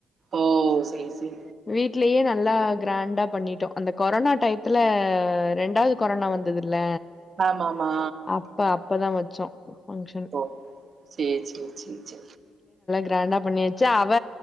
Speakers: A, on the right (about 40°); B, on the left (about 30°).
A: ஓ சரி சரி
B: வீட்லயே நல்லா கிராண்டா பண்ணிட்டோம் அந்த கொரோனா டையத்துல ரெண்டாவது கொரோனா வந்ததுல
A: ஆமா ஆமா
B: அப்ப அப்பதான் வச்சோம் பங்க்ஷன்
A: ஓ சேரி சேரி சேரி
B: நா என்ன பண்ணிவச்ச அவ